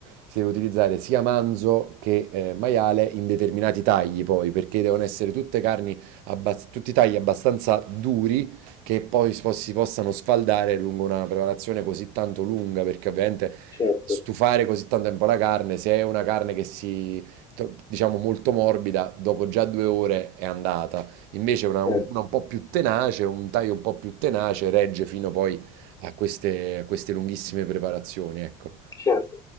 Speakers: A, on the right; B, on the left.
A: Si deve utilizzare sia manzo che eh, maiale in determinati tagli, poi, perché devono essere tutte carni, abbas- tutti tagli abbastanza duri che poi si, po- si possano sfaldare lungo una preparazione così tanto lunga, perché ovviamente
B: Certo.
A: stufare così tanto tempo la carne, se è una carne che si, tro- diciamo, molto morbida, dopo già due ore è andata. Invece una, un
B: Certo.
A: una un po' più tenace, un taglio un po' più tenace regge fino poi a queste, a queste lunghissime preparazioni, ecco.
B: Certo.